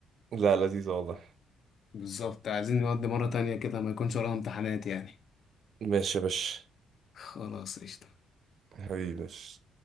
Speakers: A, on the right; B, on the left.
A: لا لذيذ واضح
B: بالظبط عايزين نودي مرة تانية كده ما يكونش ورانا امتحانات يعني
A: ماشي يا باشا
B: خلاص قشطة
A: حبيبي يا باشا